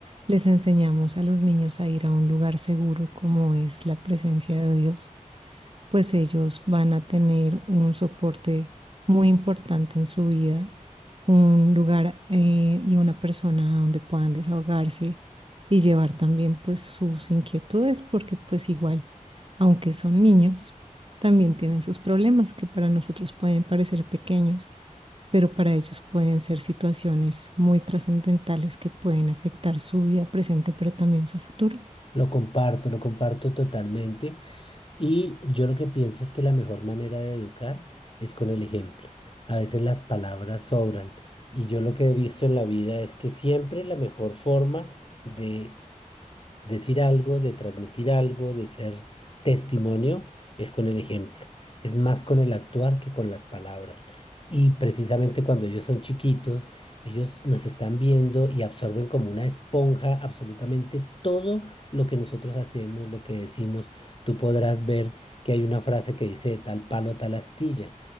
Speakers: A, on the right; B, on the left.
A: les enseñamos a los niños a ir a un lugar seguro como es la presencia de Dios, pues ellos van a tener un soporte muy importante en su vida, un lugar eh, y una persona donde puedan desahogarse y llevar también pues sus inquietudes, porque pues igual, aunque son niños, también tienen sus problemas que para nosotros pueden parecer pequeños, pero para ellos pueden ser situaciones muy trascendentales que pueden afectar su vida presente, pero también su futuro.
B: Lo comparto, lo comparto totalmente y yo lo que pienso es que la mejor manera de educar es con el ejemplo. A veces las palabras sobran y yo lo que he visto en la vida es que siempre la mejor forma de decir algo, de transmitir algo, de ser testimonio, es con el ejemplo. Es más con el actuar que con las palabras. Y precisamente cuando ellos son chiquitos, ellos nos están viendo y absorben como una esponja absolutamente todo lo que nosotros hacemos, lo que decimos. Tú podrás ver que hay una frase que dice "De tal palo, tal astilla.